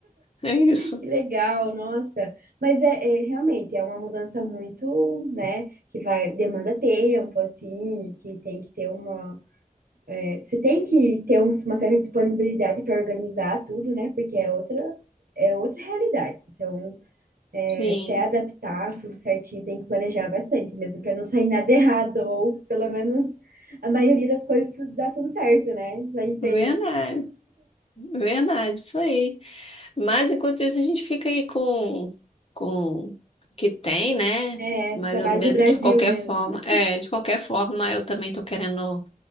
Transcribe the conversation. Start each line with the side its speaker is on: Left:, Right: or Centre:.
Left: É isso.
Right: Que legal, nossa. Mas é, é, realmente é uma mudança muito, né, que vai, demanda tempo, assim, que tem que ter uma. é, Você tem que ter um- uma certa disponibilidade para organizar tudo, né? Porque é outra, é outra realidade. Então.
Left: Sim,
Right: até adaptar tudo certinho, tem que planejar bastante mesmo, para não sair nada <laughs> errado, ou pelo menos a maioria das coisas dá tudo certo, né? Isso aí bem,
Left: verdade. Verdade, isso aí. Mas enquanto isso, a gente fica aí com, com o que tem, né?
Right: assim, é,
Left: Mas
Right: trabalho
Left: eu me-
Right: do Brasil
Left: de qualquer
Right: mesmo.
Left: forma, é, de qualquer forma, eu também tô querendo,